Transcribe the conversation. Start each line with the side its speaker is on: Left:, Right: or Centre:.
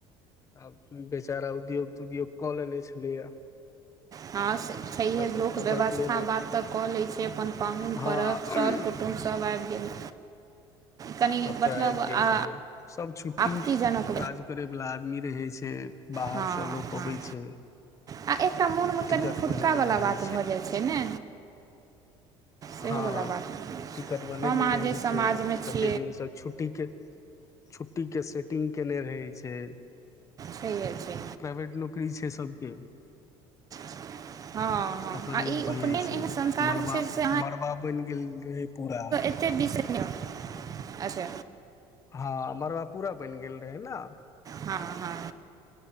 Left: आ बेचारा उद्योग त उद्योग कऽ लेने छले
Right: हँ स छैहे लोक
Left: तास्ता
Right: व्यवस्था
Left: बाँटि लेने
Right: बात
Left: रहै
Right: तऽ कऽ लै छै अपन पाहुन
Left: हँ
Right: परक सर कुटुम सब आईब गेल कनि
Left: सबटा
Right: मतलब
Left: आबि
Right: आ
Left: गेल रहय सब छुट्टी
Right: आपत्तिजनक
Left: काज करैवला आदमी रहै छै बाहरसँ
Right: हँ
Left: लोक
Right: हँ
Left: अबै छै
Right: आ एकटा मोनमे
Left: टिकट
Right: कनि फुटकावला
Left: बनेने रहै
Right: बात भऽ जाइ छै ने सेहोवला
Left: हँ
Right: बात भ जाइत
Left: टिकट
Right: छै
Left: बनेने
Right: हम अहाँ
Left: रहै
Right: जे समाजमे
Left: छै
Right: छी
Left: कते दिनसँ छुट्टी के छुट्टी के सेटिंग केने रहे छै
Right: छैहे छै
Left: प्राइवेट नौकरी छै सभके
Right: <inaudible> हँ
Left: तखन
Right: आ
Left: ई भऽ
Right: उपनयन
Left: जाइ छै
Right: एहन संस्कार
Left: मड़बा
Right: जे छै से
Left: मड़बा बनि गेल रहै पूरा
Right: बीस अच्छा
Left: हँ मड़बा पुरा बनि गेल रहै न
Right: हँ हँ